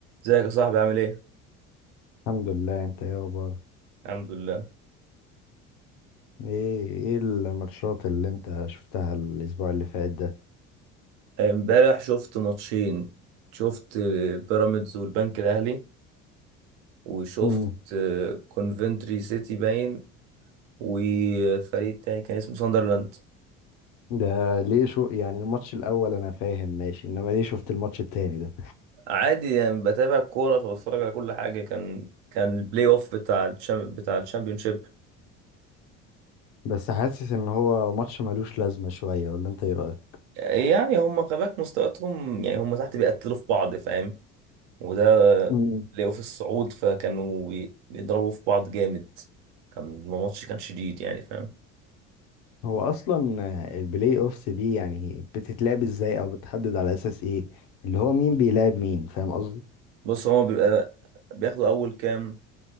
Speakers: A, on the right; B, on the left.
A: ازيك يا صاحبي عامل ايه؟
B: الحمد لله انت ايه اخبارك
A: الحمد لله
B: ايه ايه الماتشات اللي انت شفتها الاسبوع اللي فات ده
A: امبارح شفت ماتشين شفت آه، بيراميدز والبنك الاهلي وشفت
B: امم
A: آه، كونفنتري سيتي باين وفريق تاني كان اسمه ساندرلاند
B: ده ليه شو يعني الماتش الاول انا فاهم ماشي انما ليه شفت الماتش التاني ده
A: عادي يعني بتابع كورة فبتفرج على كل حاجة كان كان البلاي اوف بتاع الشام بتاع الشامبيونشيب
B: بس حاسس ان هو ماتش ملوش لازمة شوية ولا انت ايه رأيك
A: يعني هم خباك مستوياتهم يعني هم تحت بيقتلوا في بعض فاهم وده
B: امم
A: بلاي اوف الصعود فكانوا بي- بيضربوا في بعض جامد كان الماتش كان شديد يعني فاهم
B: هو اصلا البلاي اوفس دي يعني بتتلعب ازاي او بتحدد على اساس ايه اللي هو مين بيلعب مين فاهم قصدي
A: بص هما بيبقى بياخدوا اول كام